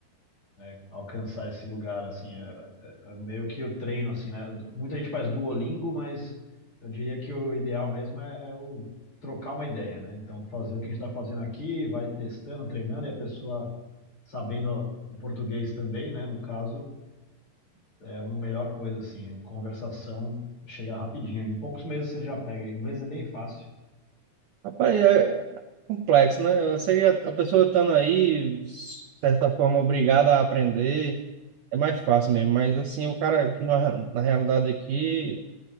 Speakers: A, on the left; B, on the right.
A: né, alcançar esse lugar, assim, é, é- é meio que eu treino, assim, né, Du- muita gente faz Duolingo, mas eu diria que o ideal mesmo é, é o trocar uma ideia, né, então fazer o que a gente está fazendo aqui, vai testando, treinando, e a pessoa sabendo ó, o português também, né, no caso, é uma melhor coisa, assim, conversação chega rapidinho, em poucos meses você já pega, inglês é bem fácil.
B: Rapaz, é complexo, né? Eu sei que a a pessoa estando aí, de certa forma, obrigada a aprender, é mais fácil mesmo. Mas, assim, o cara aqui, na, na realidade aqui,